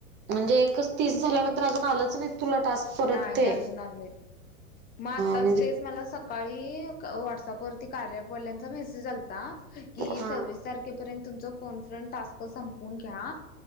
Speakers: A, on the right; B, on the left.
A: म्हणजे एकचं तीसं झाल्यानंतर अजूंन आलंच नाही तुला टास्क परत
B: नाहीं
A: ते
B: अजूंन
A: हा
B: आले मंग आताचं
A: म्हणजे
B: तेचं मलान सकाळीं व्हाटस शाॅपच्यां वरती कार्याॲप वाल्यांचा मेसेज आल्ता की
A: हा
B: सविस तारखेपर्यंत पर्यंत तुमच्या फोन फ्रंट टास्क संपून घ्या